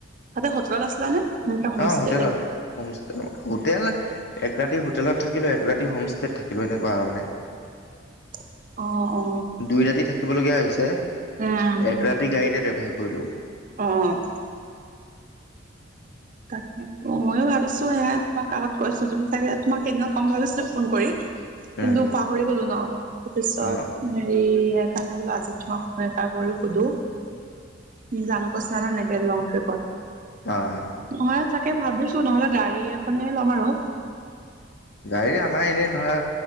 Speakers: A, on the right (about 45°); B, on the left (about 60°).
A: তাতে হোটেলত আছিলা নে? এনেকে হোমষ্টে
B: অ', হোটেলত।
A: টাইপ
B: হোম হোটেল এক ৰাতি হোটেলত থাকিলো এক ৰাতি হোমষ্টেত থাকিলো এনেকুৱা আৰু মানে।
A: <inaudible> অ অ
B: দুই ৰাতি থাকিবলগীয়া হৈছে
A: উম
B: এক ৰাতি গাড়ীতে ট্ৰেভেল কৰিলোঁ।
A: অ'। তাকেতো ময়ো ভাবিছো সেয়াই তোমাক আগত কৈছো তুমি চাগে তোমাক সেইদিনা কম ভাবিছিলো ফোন কৰি। কিন্তু
B: উম
A: পাহৰি গ'লো ন তাৰ পিছত
B: অ
A: হেৰি সেইকাৰণে বোলো আজি তোমাক ফোন এটা কৰি সোধো যাম কৈছিলা ন এনেকে লং ট্ৰিপত।
B: অ'।
A: নহয় তাকে ভাবিছো নহ'লে গাড়ী এখনে ল'ম আৰু।
B: গাড়ী আমাৰ এনেই ধৰা